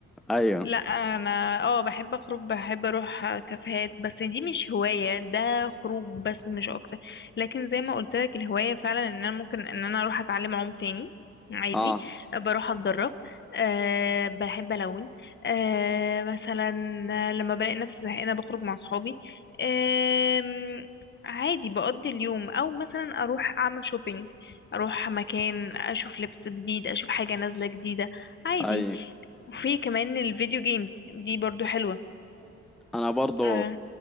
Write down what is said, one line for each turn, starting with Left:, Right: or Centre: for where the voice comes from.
Centre: ايوه
Left: لا انا اه بحب اخرج بحب اروح كافيهات بس دي مش هواية ده خروج بس مش اكتر لكن زي ما قلت لك الهواية فعلا ان انا ممكن ان انا اروح اتعلم عوم تاني عادي
Centre: اه
Left: بروح اتدرب أه بحب الون أه مثلا لما بلاقي نفسي زهقانة بخرج مع صحابي أه عادي بقضي اليوم او مثلا اروح اعمل شوبينج اروح مكان اشوف لبس جديد اشوف حاجة نازلة جديدة عادي
Centre: ايوه
Left: وفي كمان الفيديو جيمز دي برضو حلوة
Centre: انا برضو
Left: اه